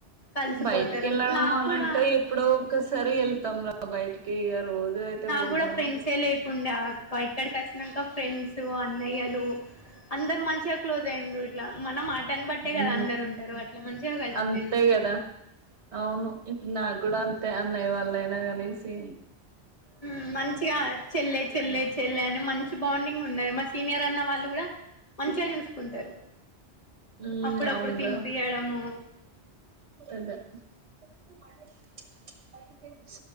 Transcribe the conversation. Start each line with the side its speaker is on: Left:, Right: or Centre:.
Left: కలిసిపోతారు
Right: బయటికి వెళ్ళడం
Left: నాకు
Right: అని
Left: కూడా
Right: అంటే ఎప్పుడో ఒక్కసారి వెళ్తాం రా బయటికి ఇగ రోజు అయితే
Left: నాకు
Right: పోము
Left: కూడా
Right: కదా
Left: ఫ్రెండ్సే ఏ లేకుండే అక్క ఇక్కడికి వచ్చినంక ఫ్రెండ్స్ అందరు అన్నయ్యలు అందరు మంచిగా క్లోజ్ అయ్యిర్రు ఇట్లా మనం మాట్ తన్ పట్టే కదా
Right: ఉ
Left: అందరు ఉంటారు అట్లా మంచిగా కలిసిపోయింది
Right: అంతే కదా అవును ఇప్పుడు నాకు కూడా అంతే అన్నయ్య వాళ్ళయినా కాని సి
Left: ఉ మంచిగా చెల్లె చెల్లె చె చెల్లె అని మంచి బాండింగ్ ఉన్నది మా సీనియర్ అన్న వాళ్ళు కూడా మంచిగా చూసుకుంటారు
Right: ఉమ్
Left: అప్పుడప్పుడు
Right: అవునురా
Left: తినిపియ్యడం ఉ
Right: అదే <unintelligible>